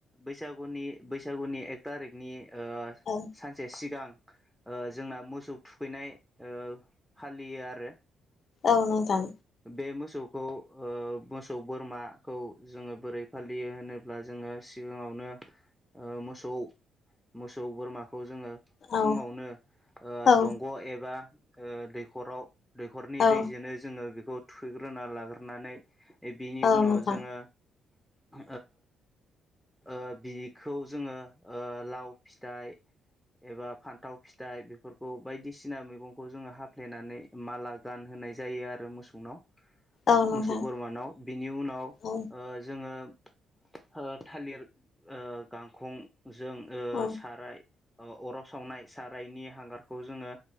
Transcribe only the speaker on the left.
ओं
औ नोंथां
औ
औ
औ
औ
नोंथां
औ नोंथां
औ
औ